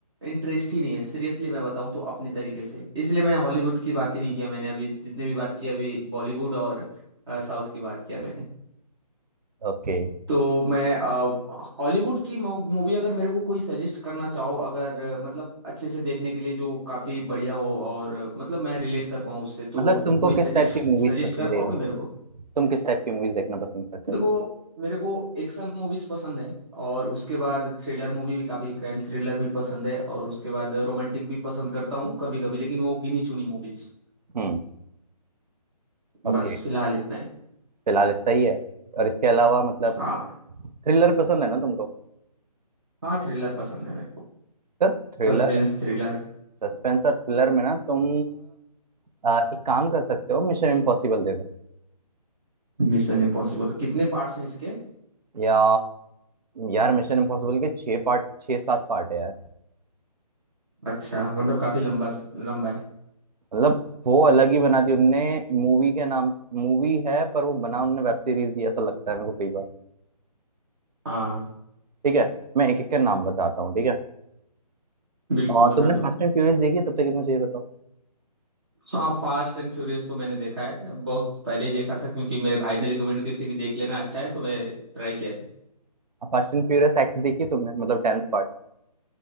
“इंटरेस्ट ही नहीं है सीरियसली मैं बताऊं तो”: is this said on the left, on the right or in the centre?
Right